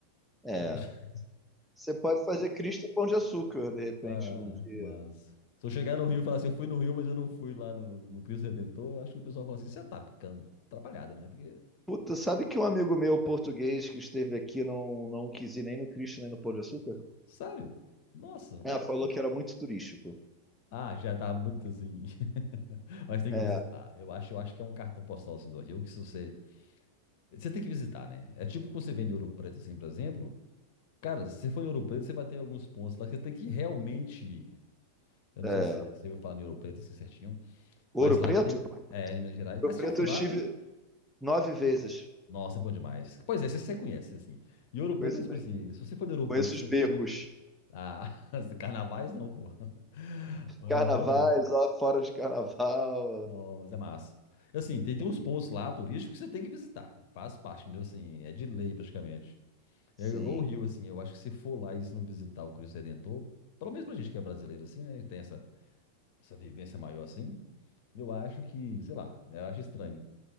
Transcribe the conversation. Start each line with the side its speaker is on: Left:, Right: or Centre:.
Centre: É.
Left: Acho que o pessoal-
Centre: É.
Left: <laughs>
Centre: Você pode fazer Cristo e Pão de Açúcar, de repente,
Left: Ah,
Centre: num dia.
Left: que massa. Se eu chegar no Rio e falar assim, eu fui no Rio, mas eu não fui lá no, no Cristo Redentor, eu acho que o pessoal fala assim, você tá ficando atrapalhado, né? Porque,
Centre: Puta, sabe que um amigo meu português que esteve aqui não, não quis ir nem no Cristo nem no Pão de Açúcar?
Left: sério? Nossa, velho.
Centre: É, falou que era muito turístico.
Left: Ah, já tá muito assim. <laughs> Mas tem
Centre: É,
Left: que visitar. Eu acho, eu acho que é um cartão postal assim do Rio que se você. Você tem que visitar, né? É tipo quando você vem em Ouro Preto, assim, por exemplo. Cara, se você for em Ouro Preto, você vai ter alguns pontos lá que você tem que realmente. Eu não
Centre: é.
Left: sei se você você vai falar em Ouro Preto assim certinho,
Centre: Ouro
Left: mas
Centre: Preto?
Left: lá tem. É, em Minas Gerais.
Centre: Ouro
Left: Ah, você
Centre: Preto
Left: já foi
Centre: eu
Left: lá,
Centre: estive
Left: né?
Centre: nove vezes.
Left: Nossa, é bom demais. Pois é, você, você conhece, assim. E Ouro Preto
Centre: Conheço
Left: é tipo
Centre: bem.
Left: assim: se você for em Ouro
Centre: Conheço
Left: Preto, você
Centre: os becos.
Left: não tem um. Ah, <laughs> carnavais não, pô. Ah,
Centre: Carnavais,
Left: É massa.
Centre: lá fora de carnaval.
Left: Não, mas é massa. Assim, tem, tem uns pontos lá turísticos que você tem que visitar. Faz parte, entendeu? Assim, é de lei praticamente.
Centre: Sim.
Left: É igual o Rio, assim. Eu acho que se for lá e se não visitar o Cristo Redentor, pelo menos pra gente que é brasileiro, assim, né? Tem essa essa vivência maior assim, eu acho que, sei lá, né, eu acho estranho.